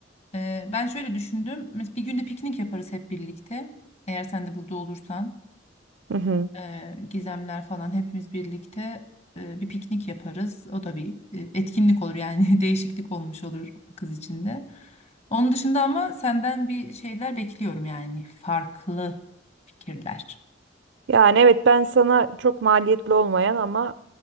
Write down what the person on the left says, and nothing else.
Ee, ben şöyle düşündüm. Mes- Bir günde piknik yaparız hep birlikte. Eğer sen de burada olursan,
e, Gizemler falan hepimiz birlikte e, bir piknik yaparız. O da bir e, etkinlik olur yani <laughs> değişiklik olmuş olur kız için de. Onun dışında ama senden bir şeyler bekliyorum yani farklı fikirler.